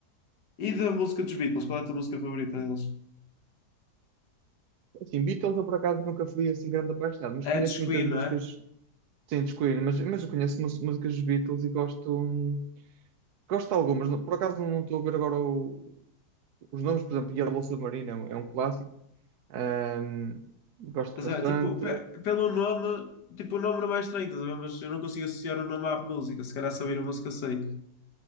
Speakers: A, on the left (about 85°); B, on the right (about 70°).
A: E da música dos Beatles, qual é a tua música favorita deles?
B: Assim, Beatles eu por acaso nunca fui assim grande apaixonado, mas
A: É
B: conheço
A: dos Queen,
B: muitas músicas
A: não é?
B: sem descobrir, mas, mas eu conheço mus- músicas dos Beatles e gosto, hum, gosto de algumas. Não- Por acaso não estou a ver agora o- os nomes, por exemplo, Yellow Submarine é um, é um clássico. Ahm, gosto
A: Estás
B: bastante.
A: a Tipo, pe- pelo nome, tipo, o nome não é mais estranho, estás a ver? Mas eu não consigo associar o nome à música. Se calhar se ouvir a música sei.